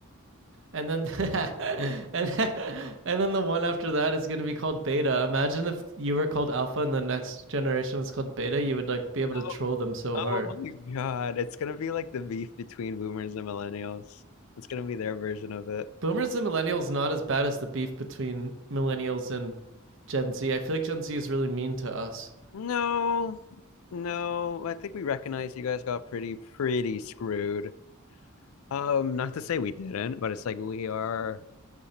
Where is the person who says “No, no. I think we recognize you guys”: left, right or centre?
Left